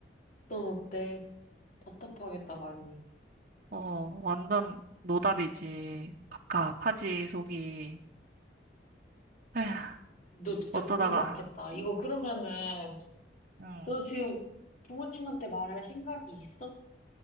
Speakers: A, on the left (about 45°); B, on the right (about 50°).
A: 넌 어때? 답답하겠다, 많이.
B: 어, 완전 노답이지. 갑갑하지, 속이. 에휴,
A: 너 진짜
B: 어쩌다가.
A: 고민이 많겠다. 이거 그러면은,
B: 응.
A: 너 지금 부모님한테 말할 생각이 있어?